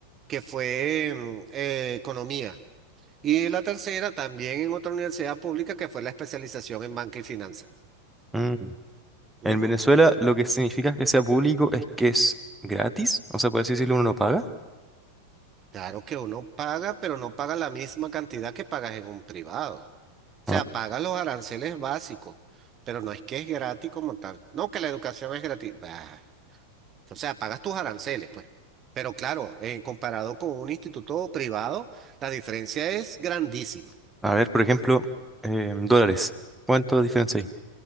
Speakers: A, on the right; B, in the centre.
A: que fue mm, eh, economía. Y la tercera también en otra universidad pública que fue la especialización en banca y finanzas.
B: Mm.
A: Ujú.
B: En Venezuela lo que significa que sea público es que es gratis, o sea, por así decirlo, uno no paga.
A: Claro que uno paga, pero no paga la misma cantidad que pagas en un privado. O
B: Ah.
A: sea, paga los aranceles básicos, pero no es que es gratis como tal. No, que la educación es gratis. Bah. O sea, pagas tus aranceles, pues. Pero claro, eh, comparado con un instituto privado, la diferencia es grandísima.
B: A ver, por ejemplo, eh, dólares. ¿Cuánto diferencia hay?